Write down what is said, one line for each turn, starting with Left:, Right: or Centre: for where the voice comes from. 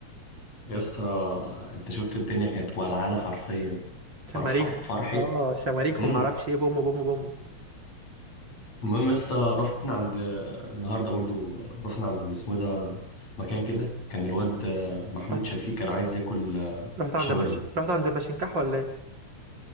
Left: يا اسطى انت شفت الدنيا كانت ولعانه حرفيا
Right: شماريخ
Left: فرح فرحه
Right: اه شماريخ
Left: امم
Right: وما اعرفش ايه بوم بوم بوم
Left: المهم يا اسطى رحنا عند النهارده برضو رحنا عند اسمه ده مكان كده كان الواد محمود
Right: رحت
Left: شفيق كان عايز ياكل
Right: رحت
Left: شاورما
Right: عند المش... رحت عند المشنكح ولا ايه